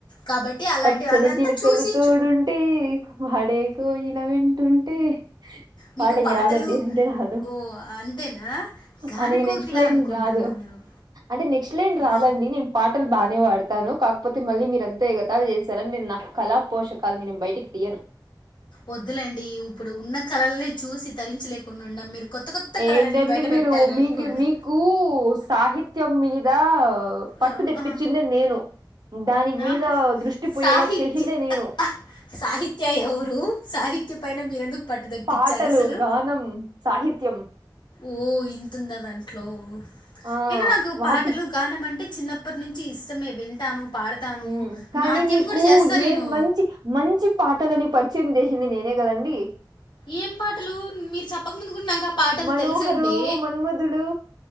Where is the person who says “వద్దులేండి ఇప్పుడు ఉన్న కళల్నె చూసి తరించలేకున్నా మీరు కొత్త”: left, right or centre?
Left